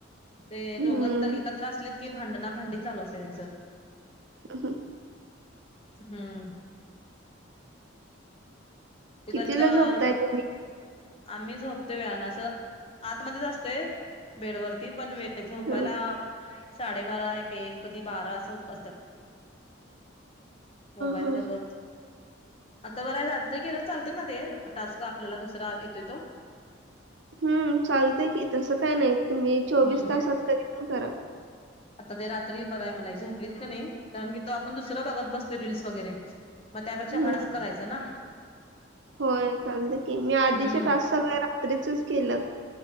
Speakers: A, on the left; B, on the right.
A: ते
B: हम्म
A: दोघंच तर एकत्र असलेत की भांडणा भांडीत चालू असे त्यांचं.
B: ह ह.
A: हम्म.
B: कितीला
A: घरातल्या
B: झोपताय तुम्ही?
A: आम्ही झोपतोय वेळान अस आतमध्येच असते बेडवररती पण वे झोपायला
B: हा
A: साडेबारा एक कधी बारा अस वाजत्यात. मोबाईल
B: हा
A: बघत. आता बर रात्री केल तर चालत ना ते टास्क आपल्याला दुसरा येतोय तो.
B: हम्म चालते कि तसं काय नाही तुम्ही चोवीस
A: हम्म
B: तासात कधी पण करा.
A: आता ते रात्री बरं आहे मला झोपलीत का नाही कारण की तो आपण दुसऱ्या भागात बसतो रीलल्स वगैरे. मग त्यापेक्षा
B: हम्म
A: हा टास्क करायचा ना...
B: होय चालत की मी आधीचे
A: हम्म
B: टास्क सगळे रात्रीचेच केलेत....